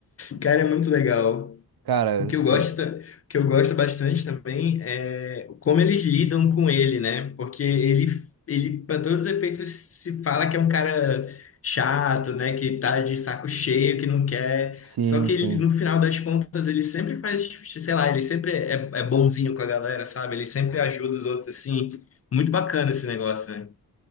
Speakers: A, on the left; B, on the right.
A: cara, é muito legal.
B: cara,
A: O que
B: cê-
A: eu gosto, o que eu gosto bastante também é como eles lidam com ele, né? Porque ele, ele para todos os efeitos, se fala que é um cara chato, né? Que tá de saco cheio, que não quer.
B: sim,
A: Só que
B: sim.
A: ele, no final das contas, ele sempre faz, tipo, sei lá, ele sempre é, é bonzinho com a galera, sabe? Ele sempre ajuda os outros, assim. Muito bacana esse negócio, né?